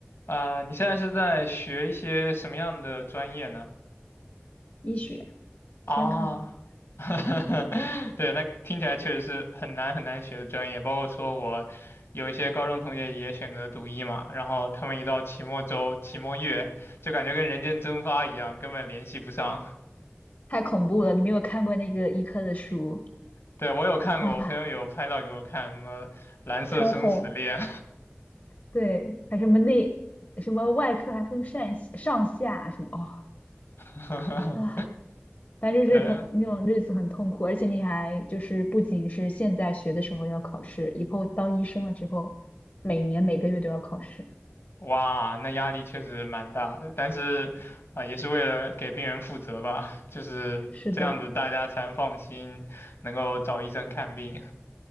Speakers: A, on the left; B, on the left.
A: 啊、你现在是在学一些什么样的专业呢？
B: 医学，
A: 啊，
B: 天坑，
A: <laughs> 对，那听起来确实是很难很难学的专业。包括说我有一些高中同学也选择读医嘛，然后他们一到期末周、期末月，就感觉跟人间蒸发一样，根本联系不上。
B: 太恐怖了！你没有看过那个医科的书
A: 对，我有看过，
B: 啊，
A: 我朋友有拍照给我看，什么蓝色生死恋，
B: 超厚，对，还什么内什么外科还分上上下什么哦
A: <laughs>
B: 啊，反正就是很那种日子很痛苦，
A: 对。
B: 而且你还就是不仅是现在学的时候要考试，以后当医生了之后，每年每个月都要考试。
A: 哇，那压力确实蛮大的，但是啊、也是为了给病人负责吧，<laughs> 就是这样子，
B: 是的，
A: 大家才能放心能够找医生看病。